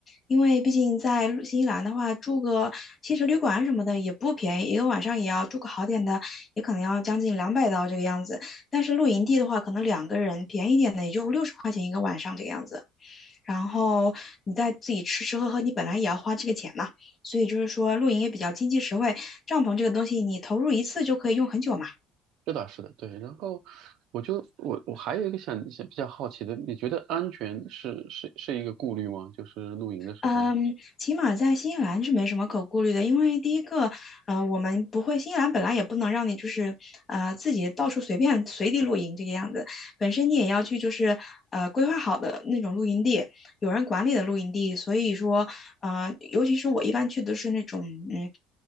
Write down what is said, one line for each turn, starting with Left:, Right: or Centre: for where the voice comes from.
Left: 因为毕竟在新西兰的话，住个汽车旅馆什么的也不便宜，一个晚上也要住个好点的，也可能要将近两百刀这个样子。但是露营地的话，可能两个人便宜一点的也就六十块钱一个晚上这个样子，然后你再自己吃吃喝喝，你本来也要花这个钱嘛，所以就是说露营也比较经济实惠，帐篷这个东西你投入一次就可以用很久嘛。
Right: 这倒是的，对。然后我就我我还有一个想想比较好奇的，你觉得安全是是是一个顾虑吗？就是露营的时候，
Left: 嗯，起码在新西兰是没什么可顾虑的，因为第一个，呃，我们不会，新西兰本来也不能让你就是呃自己到处随便随地露营这个样子，本身你也要去就是呃规划好的那种露营地，有人管理的露营地，所以说呃，尤其是我一般去的是那种嗯